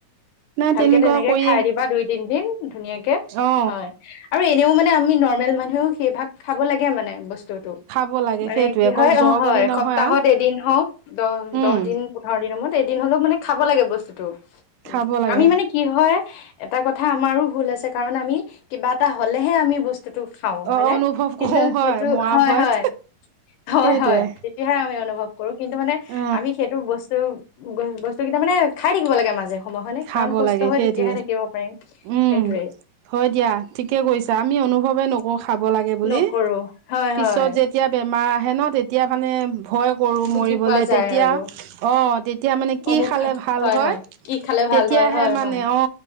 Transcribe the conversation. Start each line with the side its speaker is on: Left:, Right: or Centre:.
Right: নাই
Left: ভালকে
Right: তেনেকুৱা
Left: তেনেকে
Right: কৰি
Left: খাই দিবা দুই তিন দিন ধুনীয়াকে।
Right: অ
Left: হয়। আৰু এনেও মানে আমি নৰ্মেল মানুহেও সেই ভাগ খাব লাগে মানে বস্তুটো,
Right: খাব লাগে
Left: মানে
Right: সেইটোৱে
Left: কি
Right: অকল
Left: হয়।
Right: জ্বৰ
Left: অ। হয়।
Right: বুলি নহয়
Left: সপ্তাহত
Right: আৰু
Left: এদিন হওঁক, দহ
Right: উম
Left: দহ দিন পোন্ধৰ দিনৰ মূৰত দিন হলেও মানে খাব লাগে বস্তুটো।
Right: খাব লাগে
Left: আমি মানে কি হয় এটা কথা আমাৰো ভুল আছে, কাৰণ আমি কিবা এটা হলেহে আমি বস্তু- হেটো খাও
Right: অ
Left: হয় নে
Right: অনুভৱ
Left: কিন্তু
Right: কৰো হয়
Left: যিহেটো
Right: মৰা
Left: হয়
Right: ভয়ত
Left: হয় হয়
Right: সেইটোৱে
Left: হয় তেতিয়াহে আমি অনুভৱ কৰো কিন্তু মানে
Right: অ
Left: আমি সেইটো বস্তু বস্তু কেইটা মানে খাই থাকিব লাগে মাজে সময়ে হয় নে
Right: খাব
Left: কাৰণ সুস্থ
Right: লাগে
Left: হয়
Right: সেইটোৱে
Left: তেতিয়াহে থাকিব পাৰিম।
Right: উম
Left: সেইটোৱে
Right: হয় দিয়া ঠিকে কৈছা আমি অনুভৱে নকৰো। খাব লাগে বুলি
Left: নকৰো হয়
Right: পিছত
Left: হয়
Right: যেতিয়া বেমাৰ আহে ন তেতিয়া মানে ভয় কৰোঁ
Left: বুজি
Right: মৰিবলৈ
Left: পোৱা যায়
Right: তেতিয়া
Left: আৰু
Right: অঁ তেতিয়া মানে কি
Left: অমুক
Right: খালে
Left: খা-
Right: ভাল হয়
Left: কি খালে
Right: তেতিয়াহে
Left: ভাল হয় হয়
Right: মানে
Left: হয়
Right: অ